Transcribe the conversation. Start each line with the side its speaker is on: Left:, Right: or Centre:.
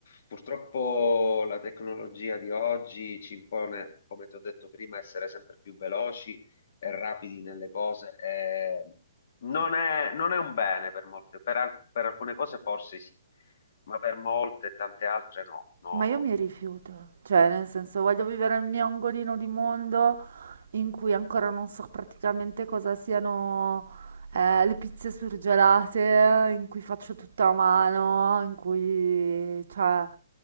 Left: purtroppo la tecnologia di oggi ci impone, come ti ho detto prima, essere sempre più veloci e rapidi nelle cose. e non è, non è un bene per molte, per, al- per alcune cose forse sì, ma per molte e tante altre no, no,
Right: Ma io
Left: no.
Right: mi rifiuto. Cioè, nel senso, voglio vivere nel mio angolino di mondo in cui ancora non so praticamente cosa siano eh, le pizze surgelate, in cui faccio tutto a mano, in cui, cioè,